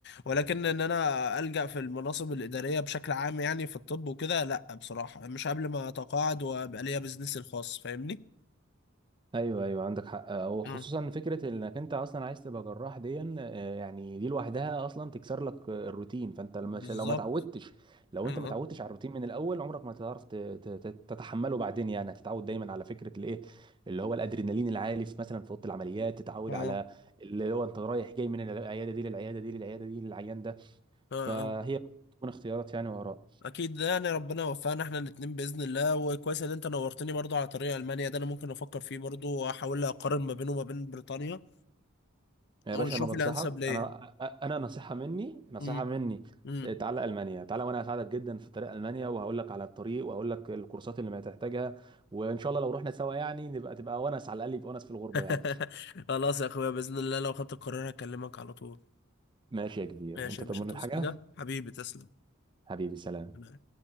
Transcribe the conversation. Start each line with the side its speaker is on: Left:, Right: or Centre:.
Left: ولكن ان انا الجا في المناصب الاداريه بشكل عام يعني في الطب وكده لا بصراحه مش قبل ما اتقاعد وابقى ليا بزنسي الخاص فاهمني
Right: ايوه ايوه عندك حق وخصوصا
Left: اه
Right: فكره انك انت اصلا عايز تبقى جراح دي آه، يعني دي لوحدها اصلا تكسر لك آه، الروتين فانت لما
Left: بالظبط
Right: لو ما اتعودتش لو
Left: اه
Right: انت ما اتعودتش على الروتين من الاول عمرك ما هتعرف ت- ت- ت- تتحمله بعدين يعني هتتعود دايما على فكره الايه اللي هو الادرينالين العالي في مثلا في اوضه العمليات تتعود
Left: آه.
Right: على اللي هو انت رايح جاي من العياده دي للعياده دي للعياده دي للعيان ده
Left: اه
Right: فهي
Left: اه
Right: تكون اختيارات يعني وراء
Left: اكيد ده يعني ربنا وفقنا احنا الاتنين باذن الله وكويس ان انت نورتني برضو على طريق المانيا ده انا ممكن افكر فيه برضو واحاول اقارن ما بينه وما بين بريطانيا
Right: يا
Left: واشوف
Right: باشا انا بنصحك
Left: الانسب ليا
Right: انا انا نصيحه مني نصيحه
Left: امم
Right: مني
Left: امم
Right: إيه، تعالى المانيا تعالى وانا هساعدك جدا في طريق المانيا وهقول لك على الطريق وهقول لك الكورسات اللي ما تحتاجها وان شاء الله لو رحنا سوا يعني نبقى تبقى ونس على الاقل يبقى ونس في الغربه
Left: <laughs>
Right: يعني
Left: خلاص يا اخويا باذن الله لو خدت القرار هكلمك على طول
Right: ماشي يا كبير
Left: ماشي
Right: انت
Left: يا
Right: تطمني
Left: باشا توصي
Right: الحاجه
Left: حاجه حبيبي تسلم
Right: حبيبي سلام
Left: أنا-